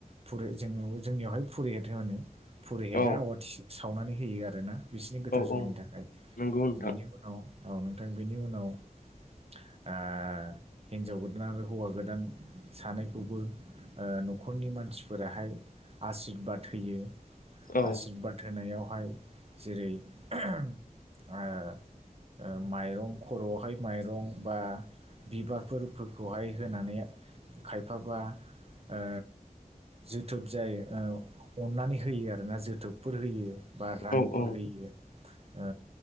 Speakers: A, on the right (about 45°); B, on the left (about 75°).
A: फुरि जों जोंनियावहाय पुरिहेत होनो पुरिहेतआ
B: औ
A: आवाथि सावनानै होयो आरो ना बिसोरनि गोथार
B: औ
A: जुलिनि
B: औ
A: थाखाय
B: नंगौ नोंथां
A: बिनि उनाव औ नोंथां बिनि उनाव ओ हिनजाव गोदान आरो हौवा गोदान सानैखौबो ओ न'खरनि मानसिफोराहाय आसिरबाद होयो।
B: औ
A: आसिरबाद होनायाव हाय जेरै ओ ओ माइरंख'रवावहाय माइरं बा बिबारफोरखौहाय होनानै खायफाबा ओ जोथोब जाय अननानै होयो आरोना जोथोबफोर होयो। बा रांफोर
B: औ औ
A: होयो। ओ